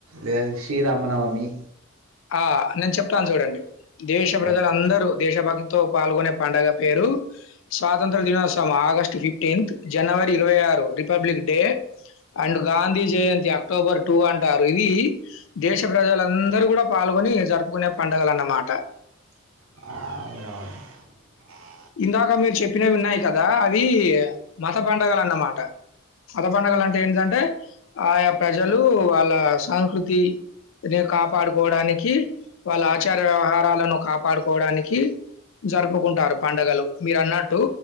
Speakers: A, on the right (about 85°); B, on the left (about 65°).
A: లేద శ్రీరామనవమి
B: ఆ నేను చెప్తాను చూడండి దేశ
A: చెప్పండి.
B: ప్రజలు అందరూ దేశభక్తితో పాల్గొనే పండుగ పేరు స్వాతంత్ర దినోత్సవం మ ఆగస్ట్ ఫిఫ్టీన్త్ జనవరి ఇరవై ఆరు republic day and Gandhi Jayanti October two అంటారు ఈ దేశ ప్రజలందరూ కూడా పాల్గొని జరుపుకునే పండుగలన్నమాట
A: <unintelligible>
B: ఇందాక మీరు చెప్పినవి వున్నాయి కదా అది మత పండగలన్నామాట మత పండగలంటే ఏంటిదంటే ఆయా ప్రజలు వాళ్ళ సంకృతి ని కాపాడుకోవడానికి వాళ్ళ ఆచార వ్యవహారాలను కాపాడుకోవడానికి జరుపుకుంటారు పండుగలు మీరు అన్నట్టు